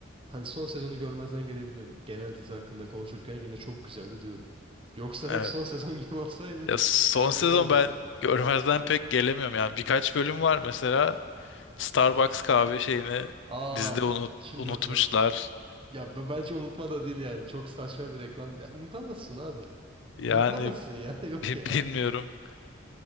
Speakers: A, on the right (about 25°); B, on the left (about 60°).
A: Hani son sezonu görmezden gelebiliyorum. Genel dizi hakkında konuşurken yine çok güzeldi diyorum. Yoksa
B: Evet.
A: hep son <laughs> sezon gibi olsaydı
B: Ya son
A: <laughs> ben izlemezdim
B: sezon ben
A: zaten.
B: görmezden pek gelemiyorum yani. Birkaç bölüm var mesela Starbucks kahve şeyini
A: Aa
B: dizide unut-
A: şimdi
B: unutmuşlar.
A: hatırladım. Ya b- bence unutma da değil yani. Çok saçma bir reklam. Ya unutamazsın abi.
B: Yani
A: Unutamazsın ya. <laughs>
B: <laughs>
A: Yok
B: Bi-
A: ya.
B: Bilmiyorum.